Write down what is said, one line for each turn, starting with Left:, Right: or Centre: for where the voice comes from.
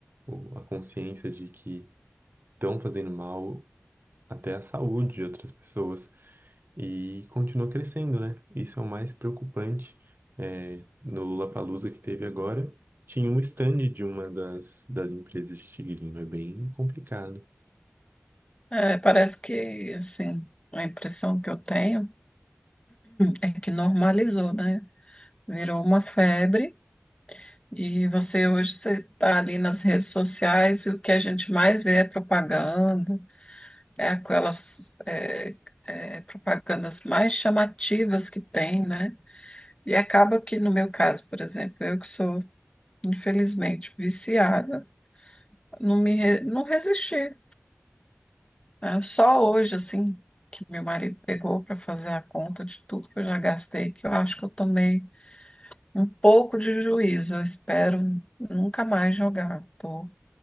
Right: o- a consciência de que estão fazendo mal até à saúde de outras pessoas e continua crescendo, né? Isso é o mais preocupante. É, no Lollapalooza que teve agora, tinha um stand de uma das, das empresas de tigrinho. É bem complicado.
Left: É, parece que, assim, a impressão que eu tenho é que normalizou, né? virou uma febre. E você hoje você está ali nas redes sociais e o que a gente mais vê é propaganda, é aquelas é, é, propagandas mais chamativas que tem, né? E acaba que no meu caso, por exemplo, eu que sou infelizmente viciada, não me re- não resisti. né? Só hoje assim que meu marido pegou para fazer a conta de tudo que eu já gastei, que eu acho que eu tomei um pouco de juízo. Eu espero nunca mais jogar. Tô,